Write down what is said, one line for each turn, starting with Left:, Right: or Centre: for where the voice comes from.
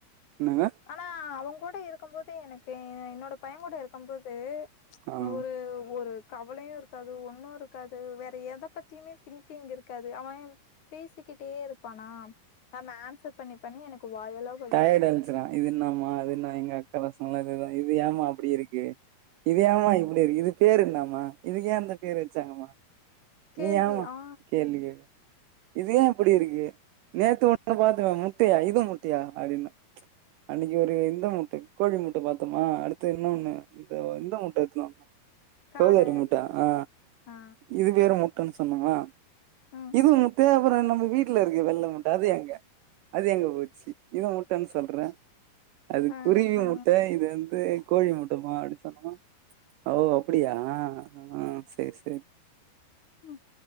Right: என்னங்க
Left: ஆனா அவங் கூட இருக்கும் போது எனக்கு என்னோட பையன் கூட இருக்கும் போது
Right: ஆ
Left: ம்ச் ஒரு ஒரு கவலயு இருக்காது ஒண்ணு இருக்காது வேற எத பத்தியுமே திங்கிங் இருக்காது அவன் பேசிக்கிட்டே இருப்பானா நம்ம ஆன்சர் பண்ணி பண்ணி எனக்கு வாயல்லா
Right: டயர்ட்டு இருந்துச்சுன்னா இதுன்னாமா அது என்ன எங்க அக்கா <unintelligible> அதேதா இது ஏமா அப்டி இருக்கு இது ஏமா இப்படி இருக்கு இது பேரென்னாமா இதுக்கு ஏ என்ன பேர் வெச்சாங்கமா
Left: கேள்வி
Right: நீ ஏமா
Left: ஆ
Right: கேள்வி கேக்ற இது ஏ இப்டி இருக்கு நேத்து ஒண்ணு பாத்தவே முட்டையா இது முட்டையா அப்டின்னா அன்னிக்கு ஒரு இந்த மூட்ட கோழி மூட்ட பத்தோமா அடுத்து இன்னு ஒண்ணு இந்த இந்த முட்ட எத்துனு வந்த
Left: காட
Right: கவுதாரி முட்ட ஆ
Left: ஆ
Right: இது பேரு முட்டேன்னு சொன்னோமா
Left: ம்
Right: இதுவு முட்ட அப்புறோ நம்ப வீட்ல இருக்கு வெள்ள முட்ட அது எங்க அது எங்க போச்சி இது முட்டேனு சொல்றே அது
Left: ஆ
Right: குருவி
Left: ஆ
Right: முட்ட இது வந்து கோழி முட்டமா அப்படி சொன்னம்மா ஓ அப்படியா ஆ செரி செரி
Left: உம்